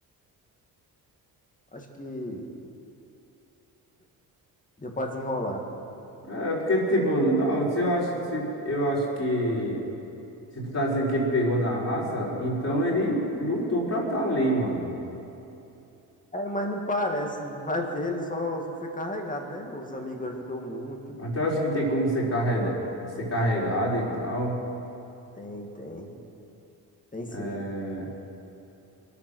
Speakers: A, on the left (about 20°); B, on the left (about 40°).
A: acho que deu pra desenrolar.
B: É, porque, tipo, não, se eu acho, se, eu acho que. Se tu tá dizendo que ele pegou na raça, então ele lutou pra tá ali, mano.
A: É, mas não parece. Vai ver, ele só, só foi carregado, né? Os amigos ajudou muito.
B: Mas eu acho que tem como ser carrega, ser carregado e tal.
A: Tem, tem, tem sim.
B: É,